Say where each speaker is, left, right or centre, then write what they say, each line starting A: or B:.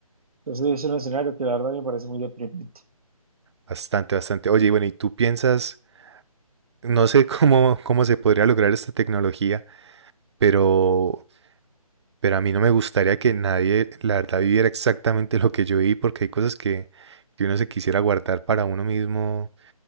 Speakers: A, on the right; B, on the right.
A: Entonces es un escenario que la verdad me parece muy deprimente.
B: Bastante, bastante. Oye, y bueno, ¿y tú piensas, no sé <laughs> cómo, cómo se podría lograr esta tecnología, pero, pero a mí no me gustaría que nadie, la verdad, viviera exactamente lo que yo viví, porque hay cosas que, que uno se quisiera guardar para uno mismo